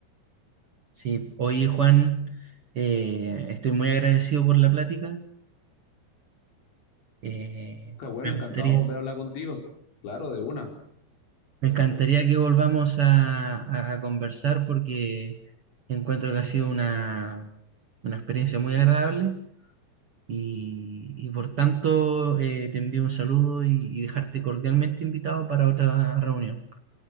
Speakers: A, on the right; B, on the left.
A: Sí, oye Juan, eh, estoy muy agradecido por la plática. eh,
B: Qué bueno,
A: me
B: encantado
A: gustaría.
B: de volver a hablar contigo. Claro, de una.
A: Me encantaría que volvamos a, a- a conversar porque encuentro que ha sido una, una experiencia muy agradable y, y por tanto eh, te envío un saludo y y dejarte cordialmente invitado para otra reunión.